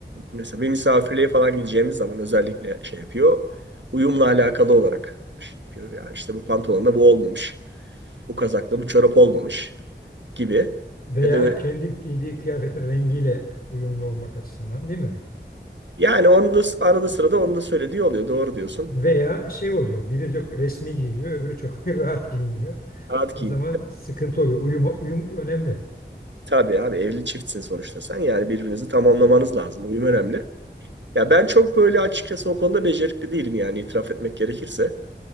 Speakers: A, on the right (about 75°); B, on the left (about 55°).
A: mesela bir misafirliğe falan gideceğimiz zaman özellikle şey yapıyor. Uyumla alakalı olarak şey yapıyor. Ya işte bu pantolonla bu olmamış. Bu kazakla bu çorap olmamış gibi.
B: Veya
A: Ya da
B: kendi giydiği kıyafetin rengiyle uyumlu olmak açısından değil mi?
A: yani onu da arada sırada onu da söylediği oluyor. Doğru diyorsun.
B: Veya şey oluyor, biri çok resmi giyiliyor, öbürü çok <laughs> rahat giyiniyor.
A: Rahat
B: O
A: giyin.
B: zaman sıkıntı oluyor. Uyum, uyum önemli.
A: Tabii abi evli çiftsin sonuçta sen. Yani birbirinizi tamamlamanız lazım. Uyum önemli. Ya ben çok böyle açıkçası o konuda becerikli değilim yani itiraf etmek gerekirse.